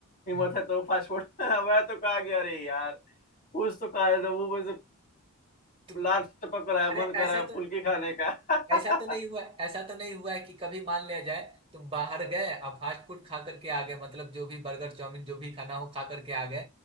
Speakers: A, on the left; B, on the right.
A: हिम्मत
B: हम्म
A: है तो फास्ट फूड <laughs> मैं तो कहा गया अरे यार कुछ तो खा रहे थे वो बस
B: तुम
A: लार टपक रहा है
B: अरे
A: मन कर
B: ऐसा
A: रहा है
B: तो
A: फुल्की खाने का
B: ऐसा तो नहीं
A: <laughs>
B: हुआ ऐसा तो नहीं हुआ है कि कभी मान लिया जाए तुम बाहर गए अब फास्ट फूड खा करके आ गए मतलब जो भी बर्गर चाउमीन जो भी खाना हो खा करके आ गए